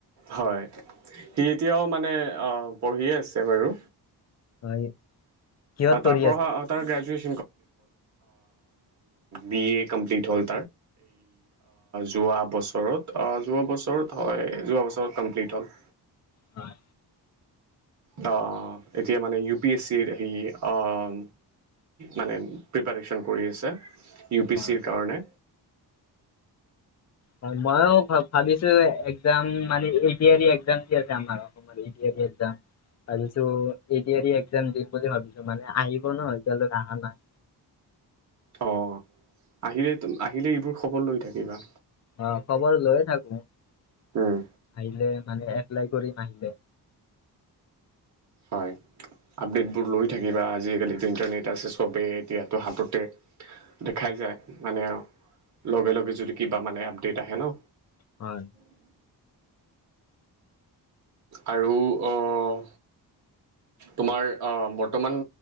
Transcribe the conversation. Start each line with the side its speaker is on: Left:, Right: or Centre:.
Right: হয় সি এতিয়াও মানে পঢ়িয়ে আছে বাৰু
Left: হয় কিহত পঢ়ি
Right: তাৰপ
Left: আছে
Right: তাৰ গ্ৰজন বি এ কমপ্লিট হ'ল যোৱা বছৰত যোৱা বছৰত হয় যোৱা বছ কমপ্লিট হ'ল
Left: হয়।
Right: অহ', অহ', অহ' এতিয়া মানে ইউ পি এছ চিৰ সেই, অহ, অহ। মানে প্ৰিপাৰেচন কৰি আছে ইউ পি
Left: হয়
Right: চিৰ কাৰণে।
Left: হয় মইও ভাবিছোঁ এক্জাম মানো, ইউ পি আৰই এক্জাম দিয়াৰ কাম আৰম্ভ কৰিম। যাম। ভাবিছোঁ এ পি আৰই একজাম দিম বুলি ভাবিছোঁ মানে আহিব ন এতিয়ালৈকে আহা নাই।
Right: অহ' আহিলেতো আহিলে এইবোৰ খবৰ লৈ থাকিবা।
Left: অহ' খবৰ লৈয়ে থাকো। আহিলে
Right: উম,
Left: মানে এপ্লাই কৰিম আহিলে।
Right: হয়। আপডেটবোৰ লৈ থাকিবা আজিকালিতটো ইন্টাৰনেট আছে চবেই এতিয়াতো হাততে দেখাই আহি যায় মানে অহ, লগে লগে যদি কিবা মানে আপডেট আহে ন।
Left: হয়।
Right: আৰু অহ, তোমাৰ অহ বৰ্তমান